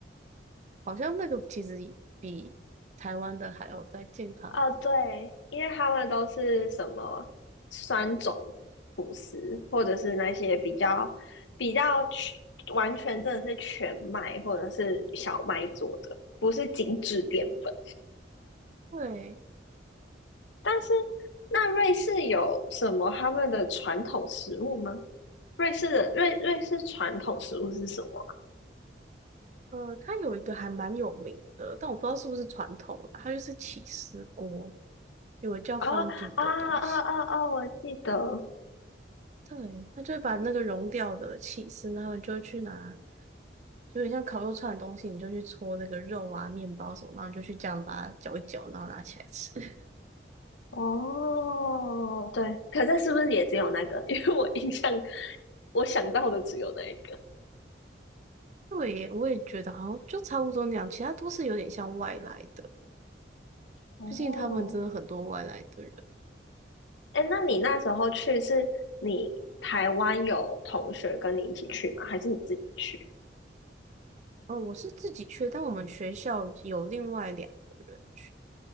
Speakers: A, on the right; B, on the left.
A: 好像那个其实比台湾的还要再健康一点。
B: 哦，对，因为他们都是什么酸种吐食，或者是那些比较比较全完全真的是全麦或者是小麦做的，不是精致淀粉。
A: 对，
B: 但是那瑞士有什么他们的传统食物吗？瑞士的瑞瑞士传统食物是什么
A: 呃，它有一个还蛮有名的，但我不知道是不是传统啦，它就是起司锅。有个叫方菌的东西，
B: 啊？啊啊啊啊！我记得。
A: 对，他就会把那个融掉的起司，然后你就会去拿，就有点像烤肉串的东西，你就去搓那个肉啊、面包什么，然后你就去这样把它搅一搅，然后拿起来吃。<laughs>
B: 哦，对，可这是不是也只有那个？<laughs> 因为我印象我想到的只有那一个。
A: 对耶我也觉得好像就差不多那样，其他都是有点像外来的，
B: 哦，
A: 毕竟他们真的很多外来的人。
B: 哎，那你那时候去是你台湾有同学跟你一起去吗？还是你自己去？
A: 嗯，我是自己去但我们学校有另外两个人去，